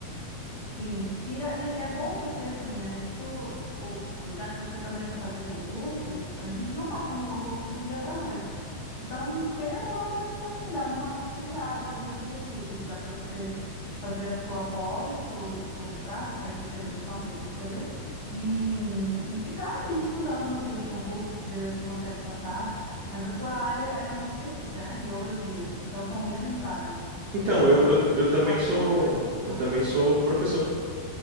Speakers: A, on the left (about 70°); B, on the right (about 70°).
A: Sim, e é, é é bom porque assim, né? Isso, o- já que você também quer fazer concursos, a gente não passa no concurso do dia para a noite. Então, querendo ou não, dá para assim, dar uma conciliada nos objetivos, dá para você fazer a sua pós, seu, seu mestrado, a especialização que você escolher, e, hum, e ficar aí estudando para os concursos, ver o que consegue passar. Mas a sua área é mais específica, né? Biologia. Então, são menos vagas.
B: Então,
A: Eu,
B: eu, eu,
A: é,
B: eu
A: eu
B: também
A: acho
B: sou
A: não, é mais.
B: eu também sou professor,